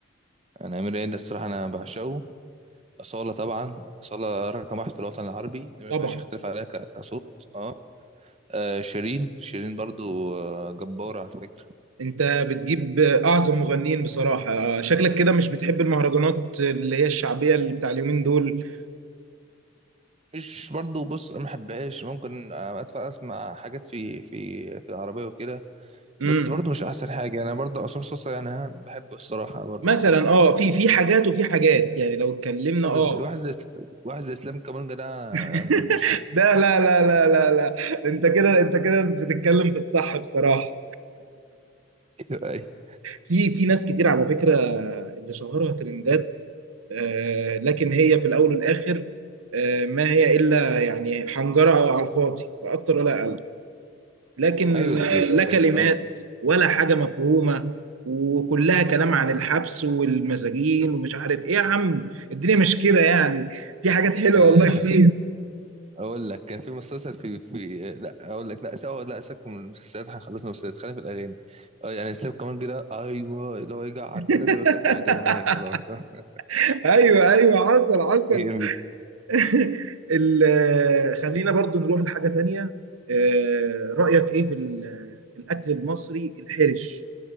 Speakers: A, on the right; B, on the right.
A: أنا أمير عيد الصراحة أنا بعشقه أصالة طبعا أصالة رقم واحد في الوطن العربي دي ما
B: طبعا
A: فيهاش اختلاف عليها ك- كصوت أه آه، شيرين شيرين برضو آه، جبارة على فكرة
B: انت بتجيب اعظم مغنيين بصراحة شكلك كده مش بتحب المهرجانات اللي هي الشعبية اللي بتاع اليومين دول
A: مش برضو بص أنا ما بحبهاش ممكن آه، أدفع أسمع حاجات في في في العربية وكده
B: امم
A: بس برضو مش أحسن حاجة يعني أنا برضو عصام صوصة يعني ها، بحبه الصراحة برضو
B: مثلا اه في في حاجات وفي حاجات يعني لو اتكلمنا
A: أه بس
B: اه
A: واحد زي واحد زي إسلام كابونجا ده
B: <laughs>
A: يعني مش <laughs>
B: لا لا لا لا لا لا انت كده انت كده بتتكلم في الصح بصراحة
A: أيوه أيوه
B: في في ناس كتير على فكرة اللي شهرها ترندات آه لكن هي في الاول والاخر آه ما هي الا يعني حنجرة على الفاضي لا اكتر ولا اقل لكن
A: أيوه ده
B: لا كلمات
A: بجد أه
B: ولا حاجة مفهومة وكلها كلام عن الحبس والمساجين ومش عارف ايه يا عم الدنيا مش كده يعني في حاجات حلوة
A: آه،
B: والله
A: كان
B: كتير
A: اقول لك كان في مسلسل في في لا اقول لك لا سوا لا سيبك من المسلسلات احنا خلصنا مسلسلات خلينا في الاغاني اه يعني سيب كمان كده ايوه اللي هو يجعر
B: <laughs>
A: كده ده بقى- بقت اغنيه خلاص <laughs>
B: ايوه ايوه حصل حصل
A: جامد.
B: <laughs> ال- آه، خلينا برضو نروح لحاجة تانية آه، رأيك ايه في ال- آه، في الأكل المصري الحرش